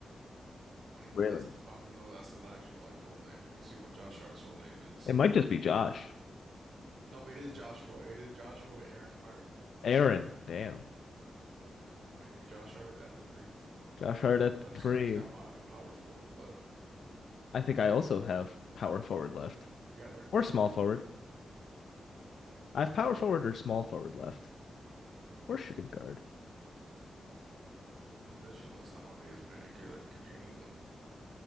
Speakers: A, on the right; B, on the left.
A: I don't even
B: Really?
A: know that's I don't even know that's his actual like full name. Let me see what Josh Hart's full name is.
B: It might just be Josh.
A: No, but it is Joshua. It is Joshua Aaron Hart.
B: Aaron, damn.
A: Yep. All right, give me Josh Hart at the three.
B: Josh Hart at
A: So I just
B: three.
A: got I just got my power forward left.
B: I think I also have power forward left.
A: I mean, you got Aaron
B: Or
A: Gordon.
B: small forward. I have power forward or small forward left. Or shooting guard.
A: It's positionless nowadays, man. It could it could be anyone.